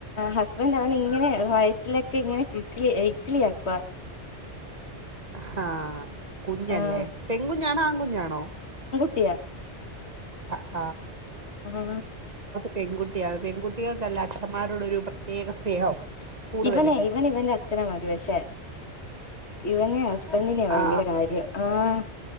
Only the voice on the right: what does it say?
ഹാ കുഞ്ഞല്ലേ
പെൺകുഞ്ഞാണോ ആകുഞ്ഞാണോ
ആ ആഹ
പെൺകുട്ടിയാ പെൺകുട്ടികൾക്കല്ല അച്ഛന്മാരോടൊ ഒരു പ്രത്യേക സ്നേഹം കൂടുതല്
ആ